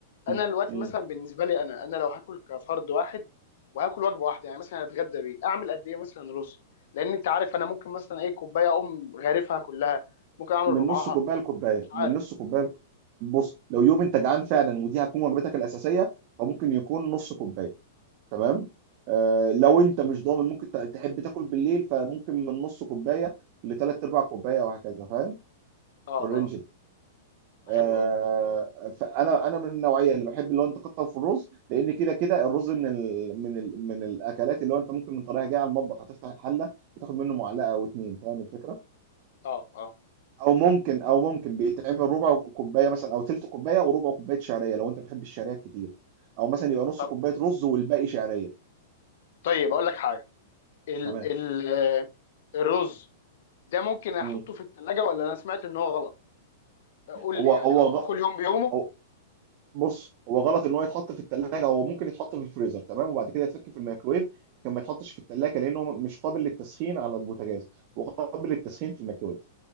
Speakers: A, on the left (about 55°); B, on the right (about 45°).
A: انا
B: م-
A: دلوقتي
B: م-
A: مثلا بالنسبه لي انا انا لو هاكل كفرد واحد وهاكل وجبه واحده يعني مثلا هتغدى بيه اعمل قد ايه مثلا رز لان انت عارف انا ممكن مثلا ايه كوبايه اقوم غارفها كلها ممكن اعمل
B: من
A: ربعها
B: نص كوبايه لكوبايه
A: فمش عارف
B: من نص كوبايه لك... بص لو يوم انت جعان فعلا ودي هتكون وجبتك الاساسيه فممكن يكون نص كوبايه تمام آه لو انت مش ضامن ممكن ت- تحب تاكل بالليل فممكن من نص كوبايه لثلاث ارباع كوبايه وهكذا فاهم
A: اه
B: في الرينج
A: اه
B: ده آه،
A: حلو قوي
B: فانا انا من النوعيه اللي بحب اللي هو انت تكتر في الرز لان كده كده الرز من ال من ال من الاكلات اللي هو انت ممكن من طريقه جايه على المطبخ هتفتح الحله وتاخد منه معلقه او اتنين فاهم الفكره
A: اه اه
B: او ممكن او ممكن بيتعمل ربع كوبايه مثلا او تلت كوبايه وربع كوبايه شعريه لو انت بتحب الشعريه كتير او مثلا يبقى نص
A: طب
B: كوبايه رز والباقي شعريه
A: طيب اقول لك حاجه ال
B: تمام
A: ال آه، الرز ده ممكن احطه
B: مم.
A: في الثلاجه ولا انا سمعت ان هو غلط قول
B: هو
A: لي يعني
B: هو
A: اطبخه
B: غ-
A: اليوم بيومه
B: هو بص هو غلط ان هو يتحط في الثلاجه هو ممكن يتحط في الفريزر تمام وبعد كده يتفك في الميكرويف لكن ما يتحطش في الثلاجه لانه مش قابل للتسخين على البوتاجاز وقابل للتسخين في الميكرويف